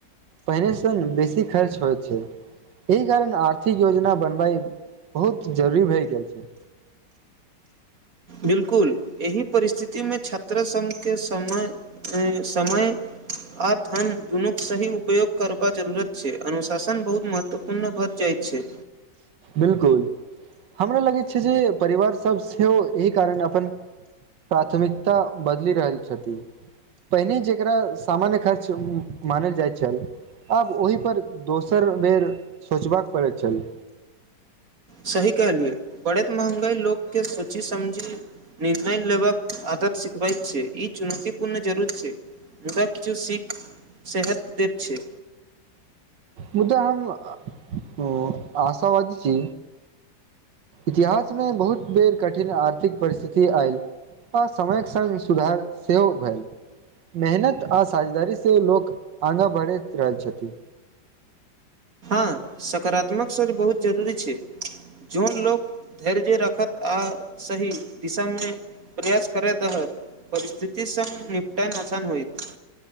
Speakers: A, on the right; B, on the right.
A: पहिने सँ न बेसी खर्च होइत छै एहि कारण आर्थिक योजना बनबाइ बहुत जरूरी भए गेल छै
B: बिलकुल एहि परिस्थितिमे छात्र सबके समय समय आ धन दुनुक सही उपयोग करब जरुरत छै अनुशासन बहुत महत्वपूर्ण भ जाइत छै
A: बिलकुल हमरा लगैत छै जे परिवार सब सेहो एहि कारण अपन प्राथमिकता बदलि रहल छथि पहिने जेकरा सामान्य खर्च मानल जाइत छल आब ओहिपर दोसर बेर सोचबाक पड़ैत छल
B: सही कहलियए बढ़ेैत महंगाई लोककेँ सोची समझी निर्णय लेबाक आत सिखबैत छै ई चुनौतीपूर्ण जरूर छै विदा किछु सिख सेहत दे छै
A: मुदा हम ओआशाबादी छी इतिहासमे बहुत बेर कठिन आर्थिक परिस्थिति आयल आ समयक संग इ सुधार सेहो भेल मेहनत आ साझेदारी सँ लोक आगाँ बढ़ैत रहल छथि
B: आँ सकारात्मक सोच बहुत जरूरी छै जोन लोक धैर्यजे रखत आ सहि दिशामे प्रयास करैत रहत परिस्थिति संग निपटैन आसान होइत